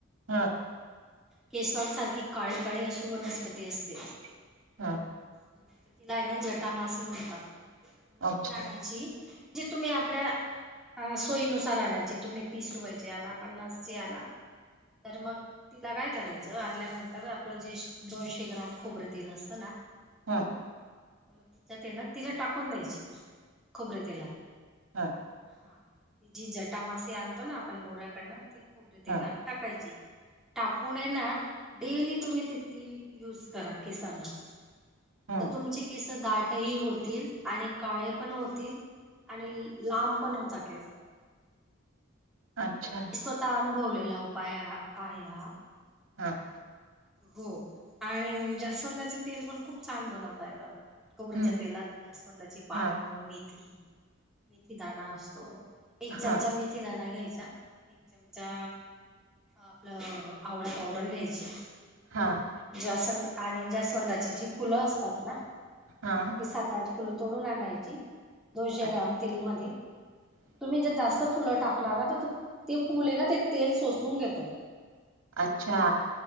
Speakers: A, on the right (about 85°); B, in the centre.
A: हम
B: केसवाांसारखी काळी काळी अशी वनस्पती असते
A: हा
B: तर तिला आहे ना जटामासी म्हणतात मग ती
A: अच्छा
B: आणायची जे तुम्ही आपल्या ह सोयीनुसार आणायची तुम्ही तीस रुपयाची आण पन्नासची आण तर मग तिला काय करायचं आणल्यानंतर आपलं जे दोनशे ग्राम खोबरे तेल असत
A: हम
B: तर मग तिच्यात ये ना तिला टाकून द्यायची खोबरेतेला
A: ह
B: हा जी जटामासेी आणतो ना आपण बोऱ्याकडनं ती खोबरेतेलात
A: हा
B: टाकायची टाकून ना डेली तुम्ही तथील युज करा केसांना
A: हं,
B: तर तुमची किस दाट ह होतील आणि काळे पण होतील आणि लांब पण होता केस
A: अच्छा.
B: मी स्वतः अनुभवलेला उपाय आहे हा
A: हा हा
B: हो आणि जास्वंदचे तेल पण खूप छान बनवता येत कोबऱ्याच्या
A: हं,
B: तेलात जास्वंदाची पानं
A: हां,
B: मेथी मेथी दण असतो एक
A: हां,
B: चमचा म मिथे दना घ्यायचा एक चमचा आपलं आवळ्या पावडर घ्यायची
A: हां,
B: जस आणि ज्यास्वंदाची जी फुलं असतात ना
A: हां.
B: मी सात आठ फुलं तोडून आणायची दोनशे
A: अ
B: ग्राम तेल मध्ये तुम्ही जर जास्त फुलं टाकणार ना तर ते फुले आहे ना ते तेल सोसून घेत
A: अच्छा